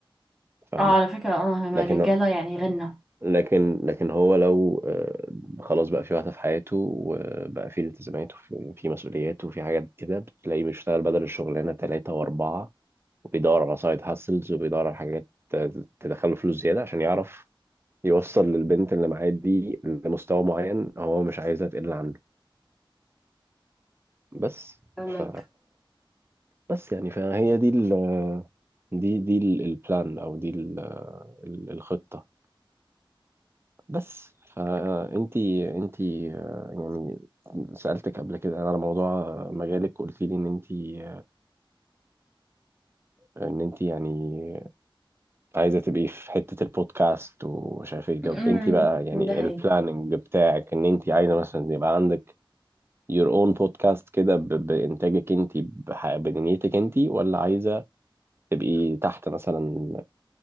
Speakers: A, on the right; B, in the centre.
A: فاهمه
B: اه على فكرة اه هما
A: لكن
B: الرجالة يعني غنى
A: لكن لكن هو لو آه، خلاص بقى في واحدة في حياته وبقى في التزامات وفي في مسؤوليات وفي حاجات كده بتلاقيه بيشتغل بدل الشغلانة ثلاثة وأربعة وبيدور على سايد هاسلز وبيدور على حاجات ت- تدخله فلوس زيادة عشان يعرف يوصل للبنت اللي معاه دي لمستوى معين هو مش عايزها تقل عنه بس
B: فاهمك
A: ف بس يعني فهي دي ال... دي دي ال- البلان أو دي ال... ال- الخطة بس فانتي انتي آه، يعني سألتك قبل كده على موضوع مجالك قلت لي ان انتي ان انتي يعني عايزة تبقي في حتة البودكاست ومش عارف ايه طب
B: امم
A: انتي بقى يعني
B: ده
A: البلاننج
B: هي
A: بتاعك ان انتي عايزة مثلا يبقى عندك your own podcast كده ب- بإنتاجك انتي بح- بدنيتك انتي ولا عايزة تبقي تحت مثلا